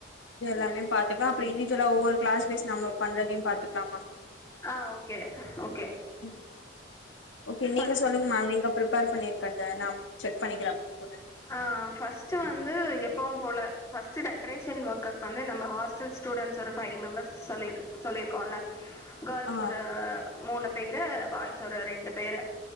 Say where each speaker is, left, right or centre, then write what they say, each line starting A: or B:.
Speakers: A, on the left; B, on the left.
A: இது எல்லாமே பாத்துக்லா அப்புறு இண்டிஜொல்லா ஒவ்வொ கிளாஸ் வைஸ் நம்ம பண்றதியு பாத்துக்லாமா
B: ஆஹ் ஓகே ஓகே
A: உம் ஓகே
B: ஃபஸ்
A: நீங்க சொல்லுங்கமா நீங்க அப்புறம் ர் பண்ணியிருக்கா நா செக் பண்ணிக்கேன் அப்பனு
B: ஆஹ் ஃபர்ஸ்ட் வந்து எப்பவும் போல ஃபர்ஸ்ட் டெக்கரேஷன் ஒர்க்கக்கு வந்து நம்ம ஹாஸ்டல் ஸ்டூடெண்ட்ஸ் ஒரு ஃபைவ் மெம்பர்ஸ் சொல்லிரு சொல்லிருக்கோம்ல கேர்ள்ஸ்
A: ஆ
B: ஒரு மூன பேரு பாய்ஸ் ஒரு ரெண்டு பேரு